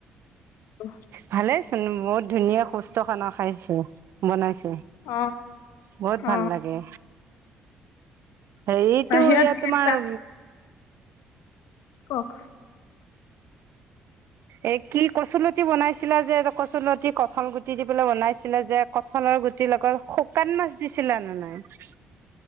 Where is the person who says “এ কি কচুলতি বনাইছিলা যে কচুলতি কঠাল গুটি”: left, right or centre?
Right